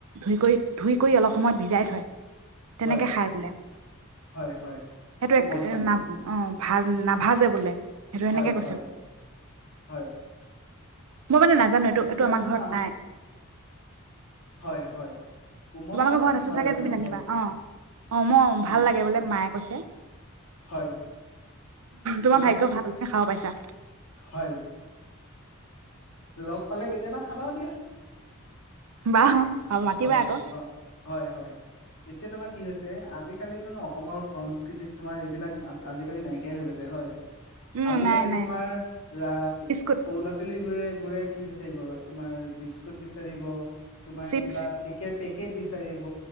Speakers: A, on the right (about 80°); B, on the left (about 80°).
A: ধুই কৰি ধুই কৰি অলপ সময় ভিজাই থয়। তেনেকে
B: হয়
A: খায় বোলে।
B: হয় হয়
A: সেইটো
B: কোমল
A: এক
B: চাউলটো
A: না অ'। ভা নাভাজে বোলে। হেটো
B: হয়
A: এনেকে কৈছে
B: হয় হয়
A: মই মানে নাজানো, এইটো
B: এতিয়াতো
A: এইটো আমাৰ ঘৰত
B: ন
A: নাই
B: হয়, হয়। কোমল
A: তোমালোকৰ
B: চাউলটোতো
A: ঘৰত আছে
B: ভাল
A: চাগে
B: লাগে
A: তুমি
B: ন
A: জানিবা,
B: বৰ
A: অ', অ মই
B: উম
A: ভাল লাগে বোলে মায়ে কৈছে।
B: হয়
A: তোমাৰ
B: কোমল
A: ভাগ্য ভাল, খাব পাইছা।
B: হয় লগ পালে কেতিয়াবা খাবাও দিয়া।
A: বাহ, আৰু মাতিবা
B: হয়
A: আকৌ।
B: হয় হয় হয় এতিয়া তোমাৰ কি হৈছে আজিকালিতো ন অসমৰ সংস্কৃতিত তোমাৰ এইবিলাক আজিকালি নাইকিয়াই হৈ গৈছে হয়।
A: উম,
B: আজিকালি
A: নাই নাই
B: তোমাৰ আহ,
A: বিস্কুট,
B: সৰু ল'ৰা ছোৱালীবোৰে বোৰে কি বিচাৰিব? তোমাৰ বিস্কুট বিচাৰিব। তোমাৰ
A: চিপছ
B: কিবা পেকেট পেকেট বিচাৰিব